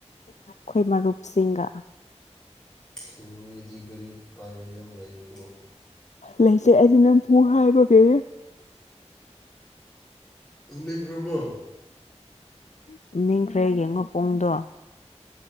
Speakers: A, on the left; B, in the centre.
A: ꯑꯩꯈꯣꯏ ꯃꯔꯨꯞꯁꯤꯡꯒ
B: ꯅꯨꯃꯤꯠ ꯗꯤꯒꯥꯔꯤ ꯄꯥꯏꯕ ꯌꯥꯝ ꯂꯩꯀꯣ
A: ꯂꯩꯇꯦ ꯑꯩꯗꯤ ꯅꯝꯕꯨꯨ ꯍꯥꯏꯕꯒꯤ
B: ꯇꯨꯝꯅꯤꯡꯈ꯭ꯔꯕꯣ
A: ꯇꯨꯝꯅꯤꯡꯈ꯭ꯔꯦ ꯌꯦꯡꯉꯨꯄꯨꯡꯗꯣ